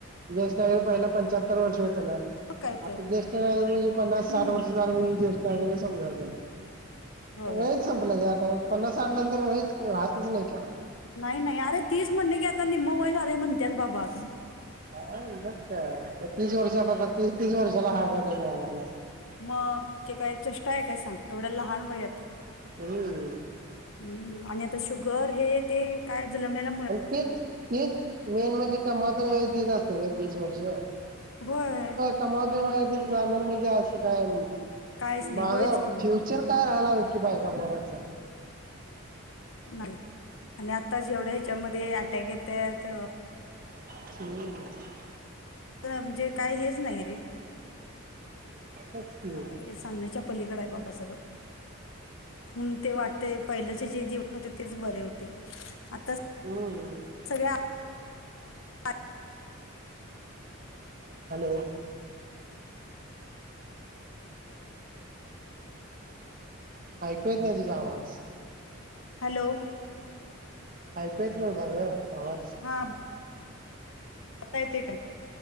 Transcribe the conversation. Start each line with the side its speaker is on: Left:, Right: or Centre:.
Right: जेष्ठ नागरिक पहिल पंच्याहत्तर वर्ष होत ना.
Left: मग काय तर
Right: आता जेष्ठ नागरिक म्हणजे पन्नास
Left: हम्म
Right: साठ वर्ष झालं म्हणजे, जेष्ठ नागरिक समजायचंय.
Left: होय
Right: वय संपलं गं आता पन्नास साठ नंतर वय राहतच नाही का.
Left: नाही नाही अरे तीस म्हणलं कि आता निम्मं वय झालं म्हणतेय रे बाबा.
Right: काय मग काय? तीस वर्षात आता तीस वर्षाला हार्ट अटॅक यायला लागलं.
Left: मग ते काय चेष्टा आहे काय सांग एवढ्या लहान वयात.
Right: अ हं
Left: हम्म आणि आता शुगर हे ते काय जेला मेला
Right: आणि तेच तेच मेन म्हणजे कमवत वय तेच असत वो तीस वर्ष.
Left: होय
Right: कमवत्या वयात जाणार म्हणजे असं काय
Left: काहीच नाही
Right: माझा
Left: होयच की मग
Right: फ्युचर काय राहिलं हो की बायका, पोरांचा.
Left: नाही आणि आताच एवढ्या ह्याच्यामध्ये अटॅक येत्यात
Right: <unintelligible>
Left: असं म्हणजे काय हेच नाही रे
Right: असंच की
Left: काय सांगायच च्या पलीकड आहे बाबा सगळं. हं ते वाटते पहिल्याचे जे जीवन होते तेच बरे होते, आताच.
Right: हम्म.
Left: सगळ्या आत.
Right: हॅलो. ऐकू येत नाही तुझा आवाज.
Left: हॅलो.
Right: ऐकू येत नव्हता गं तेव्हाच.
Left: हां. आ ता येते का?